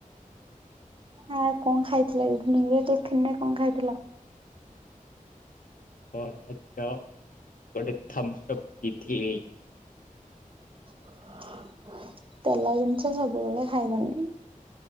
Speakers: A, on the right; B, on the left.
A: ହ କଣ ଖାଇଥିଲ ଇଭିନିଙ୍ଗରେ <unintelligible> କଣ ଖାଇଥିଲା?
B: ବରା ଚ। ଗୋଟେ ଥମସପ୍ ପିଇଥିଲି
A: <inaudible> ତେଲ ଜିନିଷ ସବୁବେଳେ ଖାଇବନି।